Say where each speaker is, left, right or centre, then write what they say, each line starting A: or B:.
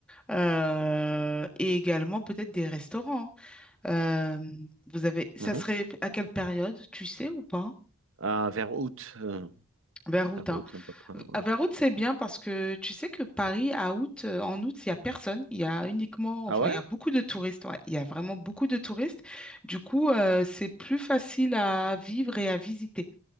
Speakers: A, in the centre; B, on the right.
A: euh, et également peut-être des restaurants. Euh, vous avez, ça
B: Mhm.
A: serait à quelle période, tu sais ou pas?
B: Euh, vers août, euh,
A: Vers août,
B: Faire route
A: hein?
B: un peu près, ouais.
A: Ah, Vers août, c'est bien parce que tu sais que Paris, à août, euh, en août, il n'y a personne. Il y a uniquement,
B: Ah
A: enfin,
B: ouais?
A: il y a beaucoup de touristes. ouais. Il y a vraiment beaucoup de touristes. Du coup, euh, c'est plus facile à vivre et à visiter.